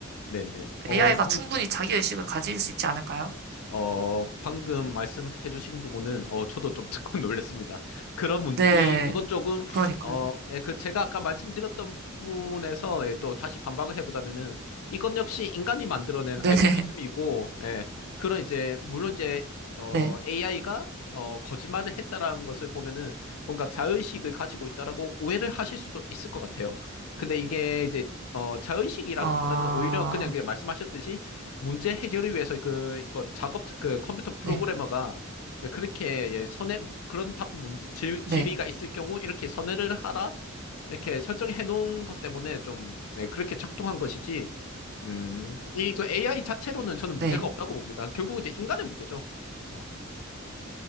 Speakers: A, on the left; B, on the right.
A: 네네. 어,
B: AI가
A: 방,
B: 충분히 자기 의식을 가질 수 있지 않을까요?
A: 어, 방금 말씀해주신 부분은, 어, 저도 좀 듣고 <laughs> 놀랐습니다 그런 문,
B: 네,
A: 이, 이건 조금,
B: 그러니까요.
A: 어, 예, 그, 제가 아까 말씀드렸던 부분에서, 예, 또 다시 반박을 해보자면은, 이건 역시 인간이 만들어낸
B: 네네,
A: 알고리즘이고,
B: 네.
A: 예, 그런 이제, 물론 이제, 어,
B: 네.
A: AI가, 어, 거짓말을 했다라는 것을 보면은, 뭔가 자의식을 가지고 있다라고 오해를 하실 수도 있을 것 같아요. 근데 이게 이제, 어, 자의식이라기보다는
B: 아,
A: 오히려 그냥, 그냥 말씀하셨듯이, 문제 해결을 위해서 그 이거 작업 그 컴퓨터 프로그래머가
B: 네,
A: 그렇게 예, 선에 그런 답 문제 질,
B: 네,
A: 질의가 있을 경우 이렇게 선회를 하라 이렇게 설정해 놓은 것 때문에 좀 네, 그렇게 작동한 것이지 음, 이 그 AI 자체로는 저는
B: 네.
A: 문제가 없다고 봅니다. 결국은 이제 인간의 문제죠. 어,